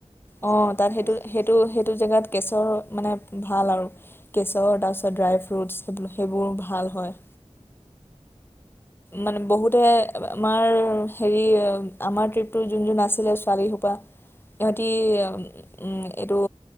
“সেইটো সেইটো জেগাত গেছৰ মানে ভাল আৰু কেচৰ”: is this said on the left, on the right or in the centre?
Left